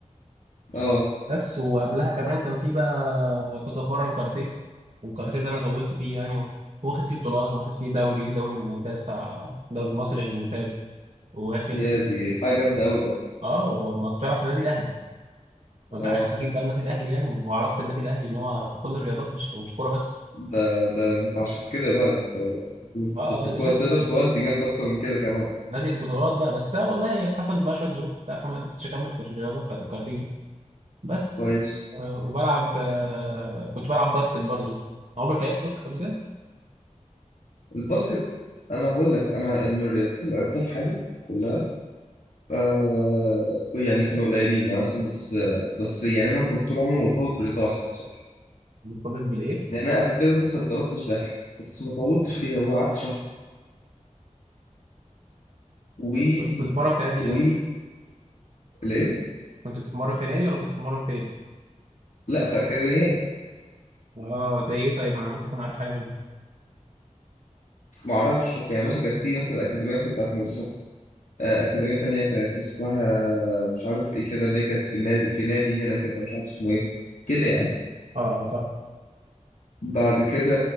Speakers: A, on the left; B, on the right.
A: أه
B: بس وقبلها كمان كان في بقى كنت بتمرن كاراتيه والكاراتيه ده انا طولت فيه يعني و- واخد فيه بطولات واخد فيه دوري دوري ممتاز بتاع دوري مصري يعني ممتاز واخد
A: يا دي حاجة جامدة أوي بقى
B: اه وما كنت بلعب في النادي الاهلي وانت
A: أه
B: عارف اكيد بقى النادي الاهلي يعني وعلاقه النادي الاهلي ان هو في كل الرياضات مش مش كوره بس
A: ده ده أنت عشان كده بقى أنت أنت
B: اه
A: كنت
B: اه يا
A: تود-
B: باشا احنا
A: تقدر تودي جامد أكتر من كده كمان
B: نادي البطولات بقى بس أنا والله حصل بقى شويه ظروف بتاع فما قدرتش اكمل في الرياضه بتاعت الكاراتيه دي بس
A: كويس
B: آه، وبلعب آه، كنت بلعب باسكت برضو عمرك لعبت باسكت قبل كده
A: الباسكت انا هقول لك انا من الرياضات اللي لعبتها في حياتي كلها آه يعني كانوا قليلين يعني مثلا بس بس يعني انا كنت طول عمري مرتبط برياضه واحده الصراحه
B: مرتبط بالايه؟
A: يعني انا قبل كده مثلا اتدربت سباحه بس ما طولتش فيها وقعدت شهر و
B: كنت كنت بتتمرن في نادي
A: و
B: ايه اصلا
A: ليه
B: كنت بتتمرن في نادي ولا كنت بتتمرن فين
A: لا في اكاديميات
B: اه زي ايه طيب ما انا ممكن اكون عارف حاجه منهم
A: ما اعرفش يعني مثلا كانت في مثلا اكاديميه مثلا بتاعت مدرسه آه، اكاديميه تانية كانت اسمها مش عارف ايه كده اللي هي كانت في النادي في نادي هنا كده مش عارف اسمه ايه كده يعني
B: اه اه فاهم
A: بعد كده